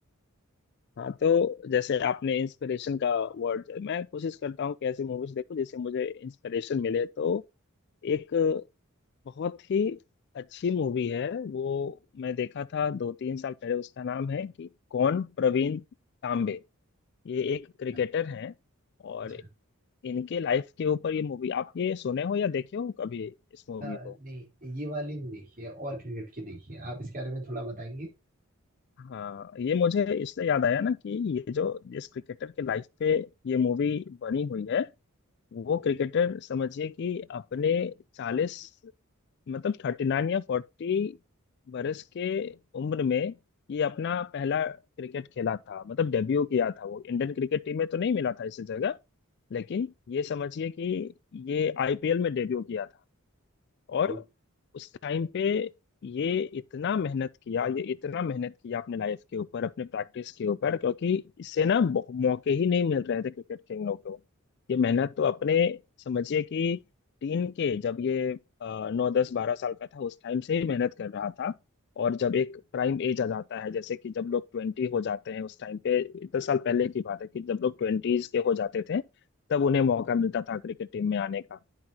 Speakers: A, on the left; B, on the right.
A: हाँ तो जैसे आपने इंस्पिरेशन का वर्ड मैं कोशिश करता हूँ कि ऐसी मूवीज देखूं जिससे मुझे इंस्पिरेशन मिले तो एक बहुत ही अच्छी मूवी है वो मैं देखा था दो तीन साल पहले उसका नाम है कि कौन प्रवीण तांबे ये एक क्रिकेटर
B: हाँ,
A: हैं और
B: अच्छा
A: इनके लाइफ के ऊपर ये मूवी आप ये सुने हो या देखे हो कभी इस मूवी
B: अ, नहीं
A: को
B: ये वाली नहीं देखी है और क्रिकेट की देखी है आप इसके बारे में थोड़ा बताएंगे
A: हाँ ये मुझे इसलिए याद आया ना कि ये जो जिस क्रिकेटर के लाइफ पे ये मूवी बनी हुई है वो क्रिकेटर समझिए कि अपने चालीस मतलब थर्टी नाइन या फोर्टी बरस के उम्र में ये अपना पहला क्रिकेट खेला था मतलब डेब्यू किया था वो इंडियन क्रिकेट टीम में तो नहीं मिला था इस जगह लेकिन ये समझिए कि ये आईपीएल में डेब्यू किया था और
B: ओ,
A: उस टाइम पे ये इतना मेहनत किया ये इतना मेहनत किया अपने लाइफ के ऊपर अपने प्रैक्टिस के ऊपर क्योंकि इससे ना बहु- मौके ही नहीं मिल रहे थे क्रिकेट खेलने को ये मेहनत तो अपने समझिए कि टीन के जब ये अ, नौ दस बारह साल का था उस टाइम से ही मेहनत कर रहा था और जब एक प्राइम एज आ जाता है जैसे कि जब लोग ट्वेंटी हो जाते हैं उस टाइम पे दस साल पहले की बात है कि जब लोग ट्वेंटीज के हो जाते थे तब उन्हें मौका मिलता था क्रिकेट टीम में आने का